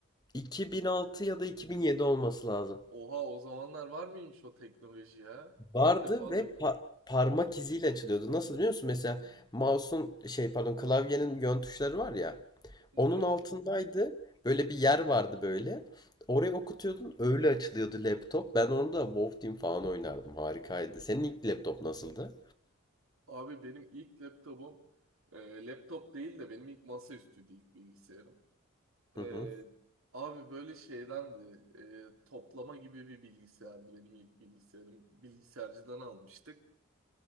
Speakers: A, on the left (about 20°); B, on the right (about 75°).
A: 2006 ya da 2007 olması lazım.
B: Oha o zamanlar var mıymış o teknoloji ya?
A: Vardı
B: İlk defa
A: ve
B: duydum.
A: pa- parmak iziyle açılıyordu. Nasıl biliyor musun? Mesela mouse'un şey pardon klavyenin yön tuşları var ya.
B: Hı hı.
A: Onun altındaydı. Böyle bir yer vardı böyle. Oraya okutuyordun öyle açılıyordu laptop. Ben onu da WoW Team falan oynardım. Harikaydı. Senin ilk laptop nasıldı?
B: Abi benim ilk laptopum e, laptop değil de benim ilk masaüstüydü ilk bilgisayarım.
A: Hı
B: E,
A: hı.
B: abi böyle şeydendi e, toplama gibi bir bilgisayardı benim ilk bilgisayarım. Bilgisayarcıdan almıştık.